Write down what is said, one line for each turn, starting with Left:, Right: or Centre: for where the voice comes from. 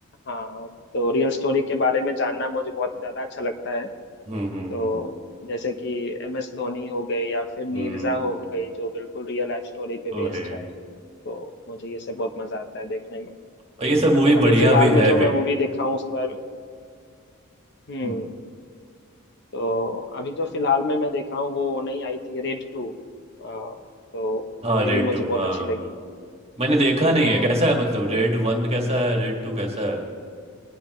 Left: हाँ तो रियल स्टोरी के बारे में जानना मुझे बहुत ज्यादा अच्छा लगता है
Right: Hmm
Left: तो
Right: hmm hmm
Left: जैसे कि एम एस धोनी हो गए या फिर नीरजा
Right: Hmm,
Left: हो गई जो बिल्कुल रियल लाइफ स्टोरी पे
Right: वही
Left: बेस्ड है तो मुझे ये सब बहुत मजा आता है देखने में
Right: और ये सब मूवी
Left: अभी
Right: बढ़िया
Left: फिलहाल
Right: भी
Left: में
Right: है
Left: जो
Right: भी
Left: मैं मूवी देखा हूँ उसके बारे में हम्म
Right: हम्म,
Left: तो अभी जो फिलहाल में मैं देखा हूँ वो नई आई थी रेड टू तो
Right: हाँ
Left: ये
Right: रेड
Left: भी मुझे
Right: टू
Left: बहुत
Right: हाँ
Left: अच्छी लगी
Right: मैंने देखा नहीं
Left: हाँ
Right: है कैसा है मतलब
Left: तो
Right: रेड वन कैसा है रेड टू कैसा है